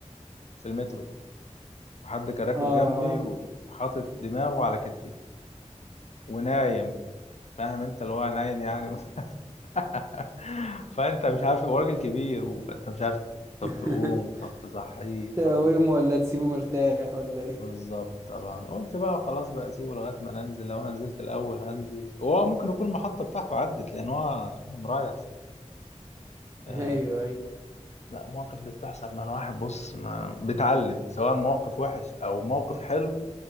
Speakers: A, on the left; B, on the right.
A: في المترو وحد كان راكب
B: اه
A: جنبي وحاطط دماغه على كتفي ونايم فاهم أنت اللي هو نايم يعني <laughs> <laughs> فانت مش عارف هو راجل كبير وانت مش عارف طب
B: <laughs>
A: تقوم طب تصحيه
B: تقومه
A: طب
B: ولا تسيبه مرتاح ولا ايه
A: بالظبط
B: <laughs>
A: طبعا قلت بقى خلاص بقى سيبه لغايه ما ننزل لو انا نزلت الاول هنزل وهو ممكن يكون المحطه بتاعته عدت لان هو فاهم رايح في آه
B: ايوه ايوه
A: لا مواقف دي بتحصل مع الواحد بص ما بيتعلم سواء موقف وحش او موقف حلو